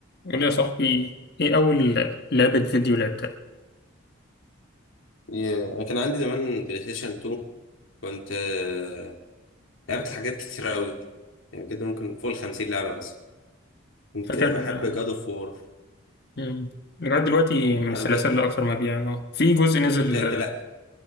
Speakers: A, on the left; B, on the left.
A: قول لي يا صاحبي ايه اول لعبة فيديو لعبتها
B: يا- أنا كان عندي زمان بلاي ستيشن 2 كنت آه، لعبت حاجات كتيرة أوي يعني كده ممكن فوق الخمسين لعبة مثلا كنت
A: فاكر
B: بحب
A: آه،
B: جاد اوف وور
A: مم. لغاية دلوقتي من
B: عارف
A: السلاسل
B: جا...
A: اللي اكثر مبيعا اه في جزء نزل
B: أنت أنت
A: آه،
B: لأ